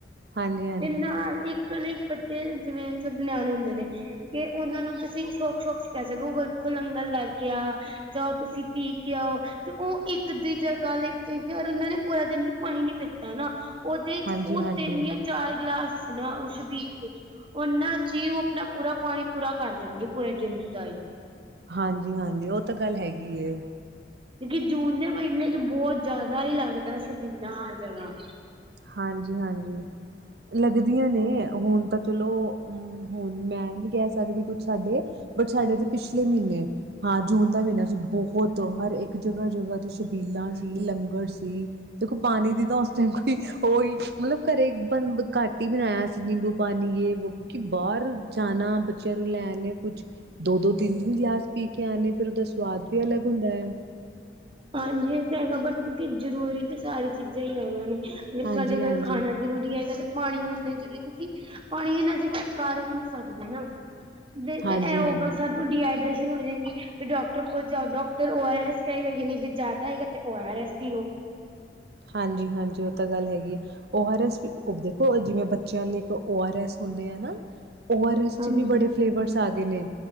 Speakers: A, on the right; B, on the right.
A: ਹਾਂਜੀ
B: ਤੇ ਨਾਲ ਇੱਕ ਨਾਂ ਇੱਕ ਬੱਚੇ ਜਿਵੇਂ ਏਥੇ ਨਿਆਣੇ ਹੁੰਦੇ ਨੇਂ। ਕਿ ਓਨਾਂ ਨੂੰ ਤੁਸੀਂ ਸ਼ੋਕ-ਸ਼ੋਕ ਚ ਕੈਅ ਸਕੋ, ਵਰਖੋਂ ਲੰਗਣ ਲੱਗ ਗਿਆ। ਜਾਓ ਤੁਸੀਂ ਪੀ ਕੇ ਆਓ। ਤੇ ਉਹ ਇੱਕ ਦੀ ਜਗ੍ਹਾ ਲਈ ਜੇਕਰ ਉਹਨਾਂ ਨੇ ਪੂਰਾ ਦਿਨ ਵੀ ਪਾਣੀ ਨੀ ਪੀਤਾ ਨਾ। ਉਹਦੇ ਚ
A: ਹਾਂਜੀ
B: ਉਹ
A: ਹਾਂਜੀ
B: ਤਿੰਨ ਜਾਂ ਚਾਰ ਗਲਾਸ ਸੀ ਨਾ ਉਸ ਛਬੀਲ ਵਿੱਚ ਉਹਨਾਂ ਚ ਹੀ ਉਹ ਨਾ ਪੂਰਾ ਪਾਣੀ ਪੂਰਾ ਕਰ ਦੇਣਗੇ ਪੂਰਾ ਦਿਨ ਚ ਚਾਹੇ।
A: ਹਾਂਜੀ -ਹਾਂਜੀ, ਉਹ ਤਾਂ ਗੱਲ ਹੈਗੀ ਐ।
B: ਕਿਉਂਕਿ ਜੂਨ ਦੇ ਮਹੀਨੇ ਚ ਬਹੁਤ ਜ਼ਿਆਦਾ ਹੀ ਲੱਗਦਾ ਸੀ ਛਬੀਲਾ ਹਰ ਜਗ੍ਹਾ।
A: ਹਾਂਜੀ -ਹਾਂਜੀ। ਲੱਗਦੀਆਂ ਨੇ ਹੁਣ ਤਾਂ ਚਲੋ ਅਮ ਹੁਣ ਮੈਂ ਨਹੀਂ ਕਹਿ ਸਕਦੀ ਕੁੱਛ ਸਾਡੇ। ਬਟ ਸਾਡੇ ਤੇ ਪਿਛਲੇ ਮਹੀਨੇ ਹਾਂ ਜੂਨ ਦਾ ਮਹੀਨਾ ਸੀ ਬਹੁਤ ਹਰ ਇੱਕ ਜਗ੍ਹਾ ਜਗ੍ਹਾ ਤੇ। ਛਬੀਲਾਂ ਸੀ ਲੰਗਰ ਸੀ ਦੇਖੋ ਪਾਣੀ ਦੀ ਤਾਂ ਉਸ ਟਾਈਮ। ਉਹੀ ਮਤਲਬ ਘਰੇ ਬੰ ਘੱਟ ਹੀ ਬਣਾਇਆ ਸੀ ਨਿੰਬੂ ਪਾਣੀ ਯੇ ਵੋ। ਕਿਉਕਿ ਬਾਹਰ ਜਾਣਾ ਬੱਚਿਆਂ ਨੂੰ ਲੈਣ ਕੁੱਛ ਦੋ -ਦੋ ਤਿੰਨ- ਤਿੰਨ ਗਲਾਸ। ਪੀ ਕੇ ਆਣੇ ਫਿਰ ਉਹਦਾ ਸਵਾਦ ਵੀ ਅਲੱਗ ਹੁੰਦਾ ਆ।
B: ਹਾਂਜੀ ਇਹ ਤਾਂ ਹੈਗਾ ਬਟ ਕਿਉਕਿ ਜ਼ਰੂਰੀ ਤਾਂ ਸਾਰੀਆਂ ਚੀਜ਼ਾਂ ਹੀ ਹੈਗੀਆਂ ਨੇ
A: ਹਾਂਜੀ
B: ਸਾਡੇ ਕੋਲ
A: ਹਾਂਜੀ
B: ਖਾਣਾ ਜ਼ਰੂਰੀ ਹੈਗਾ ਤੇ ਪਾਣੀ ਵੀ ਉਨੀ ਜ਼ਰੂਰੀ ਕਿਉਂਕਿ ਪਾਣੀ ਬਿਨਾਂ ਅਸੀਂ ਕੁਛ ਕਰ ਹੀ ਨੀ ਸਕਦੇ ਨਾ। ਨਹੀਂ
A: ਹਾਂਜੀ
B: ਤੇ ਇਹ ਹੋਊਗਾ
A: ਹਾਂਜੀ
B: ਸਾਡੇ। ਡੀਹਾਈਡ੍ਰੇਸ਼ਨ ਹੋ ਜਾਏਗੀ ਫਿਰ ਡਾਕਟਰ ਕੋਲ ਜਾਓ ਡਾਕਟਰ ਓ ਆਰ ਐਸ ਕਹੇਗਾ ਕਿ ਜਿੰਨੀ। ਜੇ ਜ਼ਿਆਦਾ ਹੈਗਾ ਤੇ ਓ ਆਰ ਐਸ ਪੀਓ
A: ਹਾਂਜੀ -ਹਾਂਜੀ, ਉਹ ਤਾਂ ਗੱਲ ਹੈਗੀ ਆ। ਓ ਆਰ ਐਸ ਦੇਖੋ ਜਿਵੇਂ ਬੱਚਿਆਂ ਲਈ ਇੱਕ ਓ ਆਰ ਐਸ ਹੁੰਦੇ ਆ ਨਾ। ਓ ਆਰ ਐਸ
B: ਹਾਂਜੀ
A: ਚ ਵੀ ਬੜੇ ਫਲੇਵਰਸ ਆ ਗਏ ਨੇ।